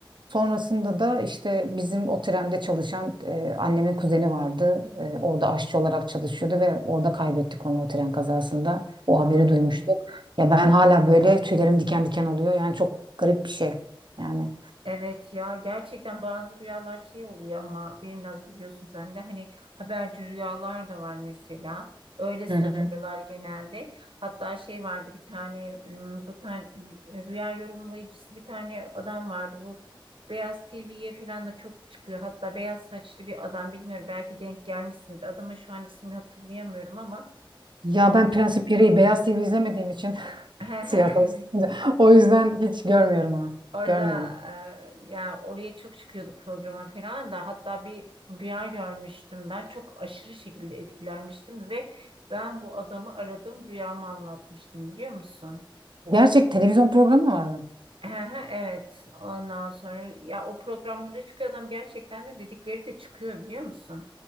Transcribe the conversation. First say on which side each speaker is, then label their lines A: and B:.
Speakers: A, on the right; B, on the right.
A: Sonrasında da işte bizim o trende çalışan e, annemin kuzeni vardı. E, orada aşçı olarak çalışıyordu ve orada kaybettik onu o tren kazasında. O
B: Ay.
A: haberi duymuştuk. Ya ben hala böyle tüylerim diken diken oluyor. Yani çok garip bir şey. Yani
B: Evet ya gerçekten bazı rüyalar şey oluyor ama biraz biliyorsun sen de hani haberci rüyalar da var mesela. Öyle söylüyorlar
A: Hı hı.
B: genelde. Hatta şey vardı bir tane m, bu tane rüya yorumlayıcısı bir tane adam vardı bu Beyaz T TV'ye falan da çok çıkıyor. Hatta beyaz saçlı bir adam bilmiyorum belki denk gelmişsindir. Adamın şu an ismini hatırlayamıyorum ama
A: ya
B: o
A: ben Prensip Gereği Beyaz TV izlemediğim için <laughs>
B: <laughs>
A: siyasal o yüzden hiç görmüyorum onu.
B: Orada
A: Görmedim.
B: e, yani oraya çok çıkıyordu programa falan da hatta bir rüya görmüştüm ben çok aşırı şekilde etkilenmiştim ve ben bu adamı aradım rüyamı anlatmıştım biliyor musun?
A: Gerçek televizyon programı mı vardı?
B: Ehe, Evet, ondan sonra ya o programlara çıkıyor adam gerçekten de dedikleri de çıkıyor biliyor musun?